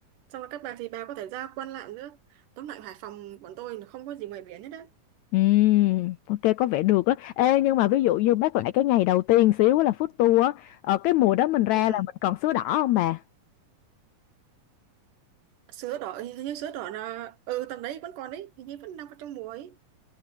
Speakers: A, on the right; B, on the left.
A: Xong rồi Cát Bà thì bà có thể ra Quan Lạn nữa. Tóm lại Hải Phòng bọn tôi là không có gì ngoài biển hết đấy.
B: Ừm, ok có vẻ được á. Ê nhưng mà ví dụ như bác lại cái ngày đầu tiên xíu là food tour á, ở cái mùa đó mình ra
A: Ừ.
B: là mình còn sứa đỏ không bà?
A: Sứa đỏ, hình hình như sứa đỏ là... Ừ, tầm đấy vẫn còn đấy. Hình như vẫn đang có trong mùa ấy.